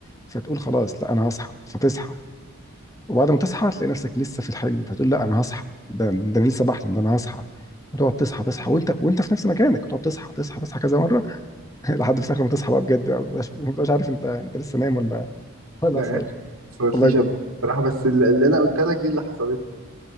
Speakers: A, on the left (about 15°); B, on the right (about 85°).
A: فتقول خلاص لا انا هصحى فتصحى وبعد ما تصحى تلاقي نفسك لسه في الحلم فتقول لا انا هصحى ده ده انا لسه بحلم ده انا هصحى وتقعد تصحى تصحى وانت وانت في نفس مكانك وتقعد تصحى تصحى تصحى كذا مره <laughs> لحد في الاخر ما تصحى بقى بجد بقى، ما بتبقاش ما بتبقاش عارف انت انت لسه نايم ولا ولا
B: لا
A: صايم
B: يعني ما حصلتليش
A: والله بجد
B: قبل كده بصراحة بس ال- اللي أنا قلت لك دي اللي حصلت لي